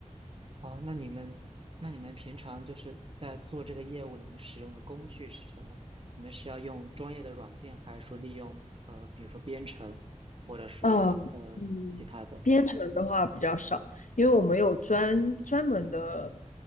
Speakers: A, on the right; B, on the left.
A: 哦，那你们，那你们平常就是在做这个业务，你们使用的工具是什么？你们是要用专业的软件，还是说利用呃，比如说编程，或者说呃其他的？
B: 嗯嗯，编程的话比较少，因为我们有专专门的